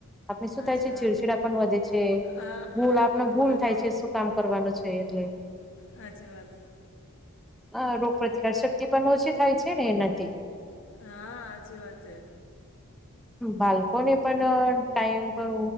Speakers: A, in the centre; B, on the left.
A: આપણે શું
B: સાચી
A: થાય છે
B: વાત
A: છીડછિડા પન વધે છે.
B: હા
A: ભૂલ
B: હા
A: આપને
B: કોઈ બોલે
A: ભૂલ થાય
B: તો
A: છે શું કામ કરવાનું છે એટલે.
B: હાચી વાત.
A: અ રોગપ્રતિકાર શક્તિ પણ ઓછી થાય છે ને એનાથી.
B: હા હાચી વાત છે.
A: બાળકોને પણ ટાઈમ પર